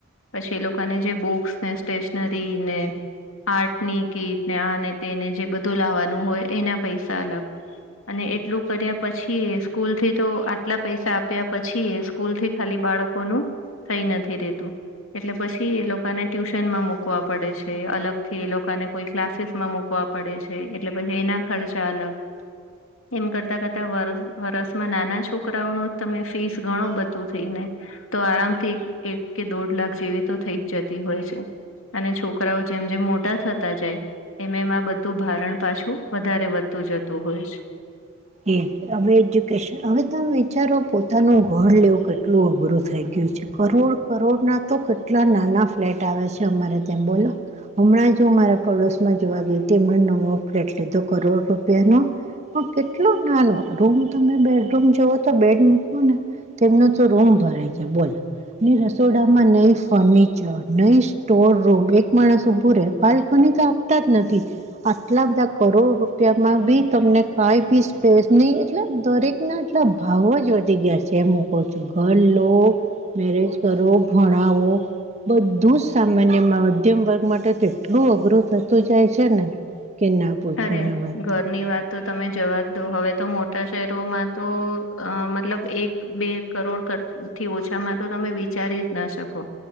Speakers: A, on the left; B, on the right.
A: પછી એ લોકોને જે બુક્સ ને સ્ટેશનરી ને આર્ટ ની કીટ અને તેને જે બધું લાવવાનું હોય એના પૈસા અલગ અને એટલું કર્યા પછી એ સ્કૂલ થી તો આટલા પૈસા આપ્યા પછી એ સ્કૂલ થી ખાલી બાળકોનું થઈ નથી રેતું એટલે પછી એ લોકોને ટ્યુશનમાં મુૂકવા પડે છે અલગ થી એ લોકોને કોઈ ક્લાસીસ માં મુકવા પડે છે એટલે પછી એના ખર્ચા અલગ એમ કરતા કરતા વ વરસમાં નાના છોકરાઓ ન તમે ફીસ ઘણો બધું. થઈને તો આરામથી એક કે દોઢ લાખ જેવી તો થઈ જ જતી હોય છે. અને છોકરાઓ જેમ જેમ મોટા થતા જાય એમ એમાં બધું ભારણ પાછું વધારે વધતું જતું હોય છે.
B: એ હવે એજ્યુકેશન હવે તમે વિચારો પોતાનું ઘર લેવું કેટલું અઘરું થઈ ગયું છે. કરોડ કરોડ ના તો કેટલા નાના ફ્લેટ આવે છે અમારે ત્યાં બોલો. હમણાં જ હું મારા પડોશમાં જોવા ગઈ હતી હમણેં નવો ફ્લેટ લીધો કરોડ રૂપિયાનો પણ કેટલો નાનો રૂમ તમે બેડરૂમ જોવો તો બેડ મૂકવો ને તેમનો તો રૂમ ભરાય છે બોલ. ની રસોડામાં નઈ ફર્નિચર ન સ્ટોર રૂમ એક માણસ ઊભું રહેે બાલ્કની ન તો આપ તક નથી આટલા બધા કરોડ રૂપિયામાં બી તમને કઈ બી સ્પેસ નહી એટલે દરેક ના એટલા ભાવ જ વધી ગયા છે એ મુ કો છું. ઘર લો મેરેજ કરો ભણાવો. બધું જ સામાન્યમાં મધ્યમ વર્ગ માટે તો એટલું અઘરું થતું જાય છે ને કે ના પૂછો
A: તારે
B: ને વાત
A: ઘરની વાત. તો તમે જવાજ દો હવે તો મોટા શહેરોમાં તો અ મતલબ એક બે કરોડ થી ઓછામાં તો તમે વિચારી જ ના શકો